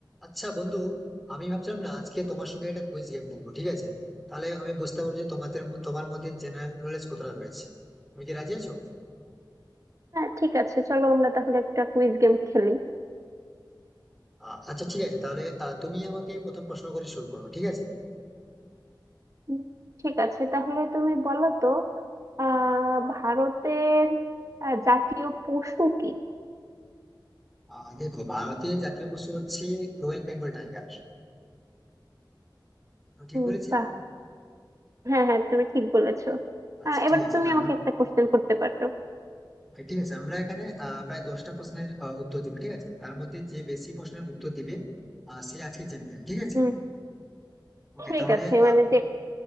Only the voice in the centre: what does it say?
আচ্ছা বন্ধু আমি ভাবছিলাম না আজকে তোমার সঙ্গে একটা কুইজ গেম খেলবো ঠিক আছে তাহলে আমি বুঝতে পারবো যে তোমাদের তোমার মধ্যে জেনারেল নলেজ কতটা রয়েছে তুমি কি রাজি আছো
আ- আচ্ছা ঠিক আছে তাহলে আ, তুমি আমাকে প্রথম প্রশ্ন করে শুরু করো ঠিক আছে
আ, দেখো ভারতের জাতীয় পশু হচ্ছে রয়্যাল বেঙ্গল টাইগার আমি ঠিক
বলেছি
আচ্ছা
ঠিক আছে
তার
মানে
okay, ঠিক আছে আমরা এখানে আ, প্রায় দশটা প্রশ্নের আ, উত্তর দিবি ঠিক আছে তার মধ্যে যে বেশি প্রশ্নের উত্তর দিবে আ, সে আজকে চ্যাম্পিয়ন ঠিক আছে
ওকে
তাহলে
আ,